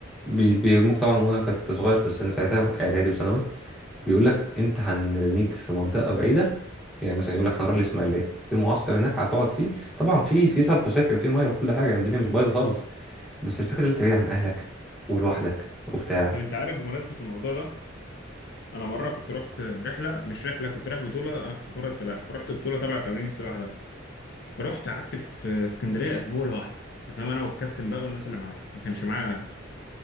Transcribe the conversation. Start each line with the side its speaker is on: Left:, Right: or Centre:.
Centre: بي- بيرموك طبعا وانا كنت صغير في السن ساعتها اعدادي وثانوي بيقول لك انت هنرميك في منطقة بعيدة يعني مثلا يقول لك هنروح الاسماعيلية في معسكر هناك هتقعد فيه طبعا في في صرف صحي وفي ميه وفي كل حاجة الدنيا مش بايظة خالص بس الفكرة اللي انت بعيد عن اهلك ولوحدك وبتاع
Left: طب أنت عارف بمناسبة الموضوع ده أنا مرة كنت رحت رحلة مش رحلة كنت رايح بطولة أنا كنت بتمرن سباحة فرحت بطولة تبع تمرين السباحة ده فرحت قعدت في اسكندرية أسبوع لوحدي أنت فاهم أنا والكابتن بقى والناس اللي معايا ما كانش معايا أهلي